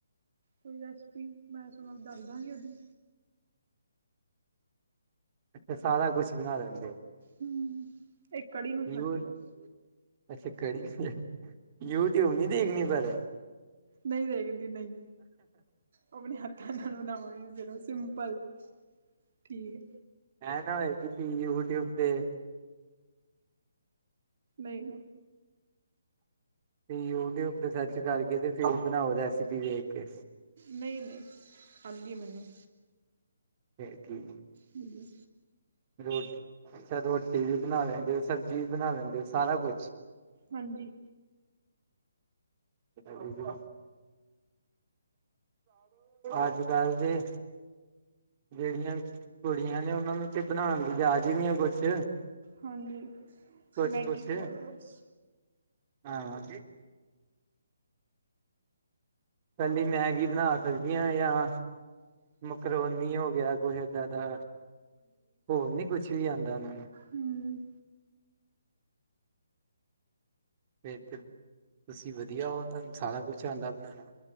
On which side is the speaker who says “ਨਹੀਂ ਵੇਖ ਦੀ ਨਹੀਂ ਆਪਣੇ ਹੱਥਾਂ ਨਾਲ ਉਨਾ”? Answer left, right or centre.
Right